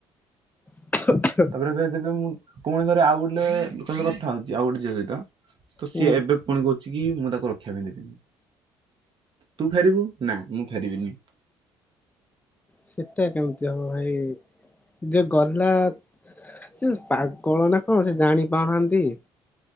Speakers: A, on the left; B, on the right.
A: <unintelligible>
B: ତାପରେ ଏ ଯେବେ ମୁ ପୁଣିଥରେ ଆଉ ଗୋଟେ ସହିତ କଥା ହଉଛି ଆଉ ଗୋଟେ ଝିଅ ସହିତ ତ ସିଏ
A: ହୁଁ
B: ଏବେ ପୁଣି କହୁଛି କି ମୁଁ ତାକୁ ରକ୍ଷା ପାଇଁ ଦେବିନି ତୁ ଫେରିବୁ ନା ମୁଁ ଫେରିବିନି।
A: ସେଟା କେମିତି ହବ ଭାଇ ଯେ ଗଲା। ସେ ପାଗଳ ନା କଣ ସେ ଜାଣିପାରୁନାହାନ୍ତି।